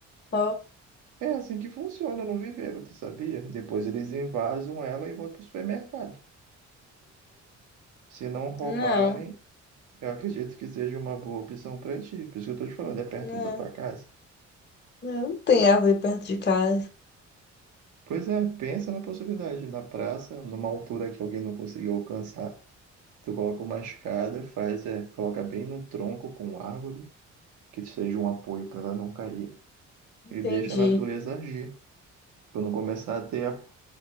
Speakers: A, on the left (about 35°); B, on the right (about 75°).
A: Ó.
B: É assim que funciona no viveiro, tu sabia? Depois eles invasam ela e vão pro supermercado. Se não roubarem,
A: Não,
B: eu acredito que seja uma boa opção pra ti. Por isso que eu tô te falando, é perto
A: não,
B: da tua casa.
A: não, não tem árvore perto de casa.
B: Pois é, pensa na possibilidade, na praça, numa altura que alguém não conseguiu alcançar. Tu coloca uma escada, faz, é, coloca bem num tronco com árvore, que seja um apoio pra ela não cair,
A: Entendi.
B: e deixa a natureza agir. Quando começar a ter a,